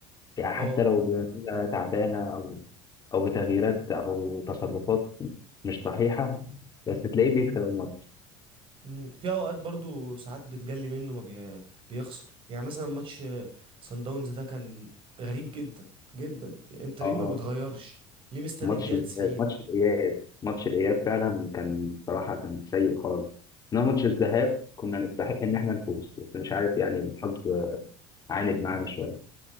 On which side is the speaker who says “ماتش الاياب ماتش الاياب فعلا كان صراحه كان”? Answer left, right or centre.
Left